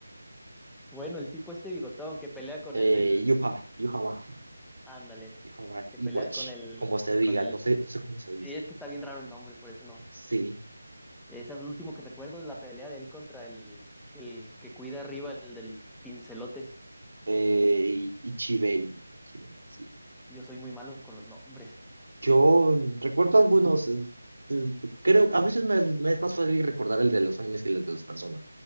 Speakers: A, in the centre; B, on the right (about 80°).
A: Bueno, el tipo este bigotón que pelea con
B: Eh,
A: el del.
B: Yuha, Yuha Baja,
A: Ándale.
B: Yuha Baja,
A: Que pelea
B: Iwatch,
A: con el.
B: como se diga.
A: con el.
B: No sé, no sé cómo se dice.
A: Sí, es que está bien raro el nombre, por eso no.
B: Sí.
A: Es el último que recuerdo la pelea de él contra el, el que cuida arriba, el del pincelote.
B: Eh, y, y Chibei. Chibei, sí.
A: Yo soy muy malo con los nombres.
B: Yo recuerdo algunos, eh, eh, creo, a veces me, me es más fácil recordar el de los animes que el de las personas.